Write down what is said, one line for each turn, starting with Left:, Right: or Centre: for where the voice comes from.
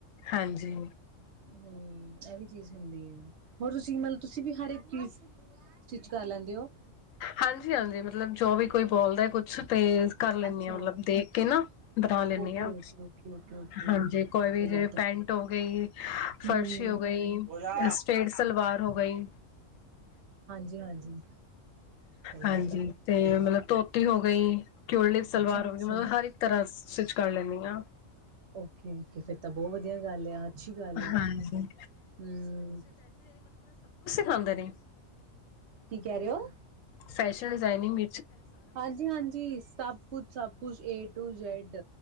Left: ਹਾਂਜੀ
Right: ਹਮ ਇਹ ਵੀ ਚੀਜ਼ ਹੁੰਦੀ ਹੈ ਹੋਰ ਤੁਸੀਂ ਮਤਲਬ ਤੁਸੀਂ ਵੀ ਹਰ ਇੱਕ ਚੀਜ਼ ਸਟਿਚ ਕਰ ਲੈਂਦੇ ਹੋ
Left: ਹਾਂਜੀ ਹਾਂਜੀ ਮਤਲਬ ਜੋ ਵੀ ਕੋਈ ਬੋਲਦਾ ਕੁੱਛ ਤੇ ਕਰ ਲੈਦੀ
Right: ਅੱਛਾ
Left: ਹ ਮਤਲਬ ਦੇਖ ਕੇ ਨਾ ਬਣਾ ਲੈਨੀ
Right: ਓਕੇ
Left: ਹਾਂ
Right: ਓਕੇ ਓਕੇ ਓਕੇ ਓਕੇ
Left: ਹਾਂਜੀ ਕੋਈ ਵੀ
Right: ਚਲੋ
Left: ਜਿਵੇ
Right: ਇਹ ਤਾਂ
Left: ਪੈਂਟ
Right: ਫਿਰ
Left: ਹੋ ਗਈ ਫਰਸ਼ੀ
Right: ਹੋਜਾ
Left: ਹੋ ਗਈ ਸਟੇਟ ਸਲਵਾਰ ਹੋ ਗਈ
Right: ਜੀ ਹਾਂਜੀ ਚਲੋ
Left: ਹਾਂਜੀ
Right: ਮਤਲਬ
Left: ਤੇ
Right: ਇਹ
Left: ਮਤਲਬ ਧੋਤੀ ਹੋ ਗਈ ਕਿਓ ਲੇ ਸਲਵਾਰ
Right: ਅੱਛਾ ਅੱਛਾ
Left: ਹੋ ਗਈ ਮਤਲਬ ਹਰ ਇੱਕ ਤਰ੍ਹਾਂ ਸਟਿਚ ਕਰ ਲੈਂਦੀ ਹਾਂ
Right: ਓਕੇ ਓਕੇ ਫਿਰ ਤਾਂ ਬਹੁਤ ਵਧੀਆ ਗੱਲ ਆ ਅੱਛੀ ਗੱਲ ਆ
Left: ਹਾਂਜੀ
Right: ਹਮ
Left: ਖਾਂਦੇ ਨੇ
Right: ਕੀ ਕਹਿ ਰਹੇ ਹੋ
Left: ਫੈਸ਼ਨ ਡਿਜ਼ਾਇਨਿੰਗ ਮ
Right: ਹਾਂਜੀ ਹਾਂਜੀ ਸਭ ਕੁਛ ਸਭ ਕੁਛ ਏ ਟੂ ਜੈਡ